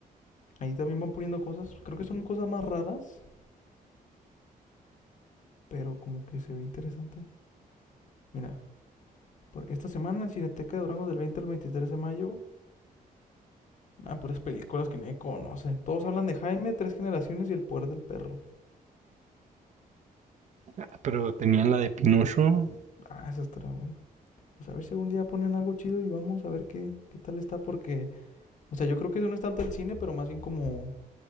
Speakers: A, on the left (about 55°); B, on the right (about 50°).
A: Ahí también van poniendo cosas. Creo que son cosas más raras, pero como que se ve interesante. Mira, por esta semana en Cineteca de Durango del 20 al 23 de mayo. Ah, puras películas que nadie conoce. Todos hablan de Jaime, Tres Generaciones y El Poder del Perro.
B: Ah, Pero tenían la de Pinocho.
A: Ah, esa estará buena. Pues a ver si algún día ponen algo chido y vamos a ver qué, qué tal está porque... O sea, yo creo que eso no es tanto el cine, pero más bien como